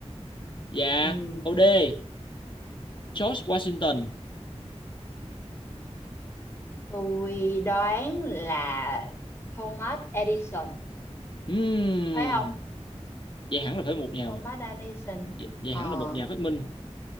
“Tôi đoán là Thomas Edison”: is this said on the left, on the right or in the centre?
Left